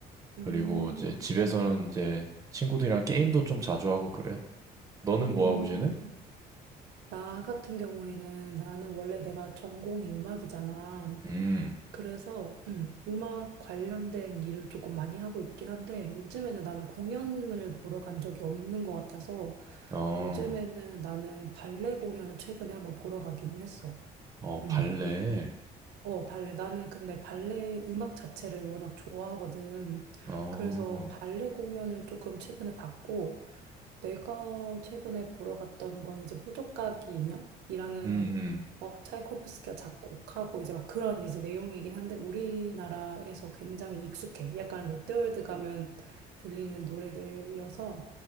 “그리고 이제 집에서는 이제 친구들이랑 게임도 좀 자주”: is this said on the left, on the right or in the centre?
Right